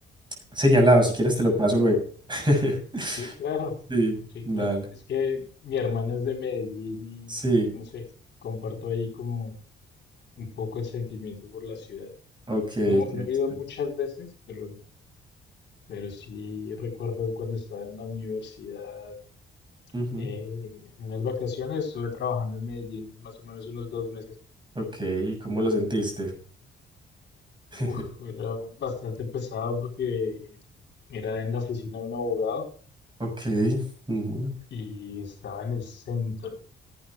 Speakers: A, on the right; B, on the left.
A: señalado. Si quieres, te lo paso luego. <laughs>
B: Sí, claro,
A: Sí,
B: sí,
A: dale.
B: claro. Es que mi hermana es de Medellín
A: Sí,
B: y, no sé, comparto ahí como un poco el sentimiento por la ciudad.
A: ok. qué
B: No,
A: chévere.
B: no he ido muchas veces, pero, pero sí recuerdo cuando estaba en la universidad,
A: Ujú,
B: eh, en unas vacaciones, estuve trabajando en Medellín más o menos unos dos meses.
A: Ok, ¿cómo lo sentiste? <laughs>
B: Uf, era bastante pesado porque era en la oficina de un abogado
A: Ok. ujú.
B: y estaba en el centro.